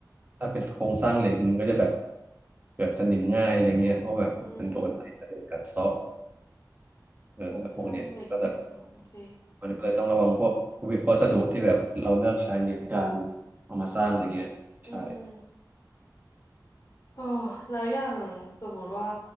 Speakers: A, on the right; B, on the left.
A: ถ้าเป็นโครงสร้างเหล็กมันก็จะแบบเกิดสนิมง่ายอะไรเงี้ยเพราะแบบมันโดนไอทะเลกัดเซาะ
B: อืม
A: เออแล้วพวกเนี้ยก็แบบ
B: โครงสร้างเหล็กอ๋อโอเค
A: มันก็เลยต้องระวังพวกวัสดุที่แบบเราเลือกใช้ในการเอามาสร้างอะไรเงี้ยใช่
B: อืม โอ้แล้วอย่างสมมุติว่า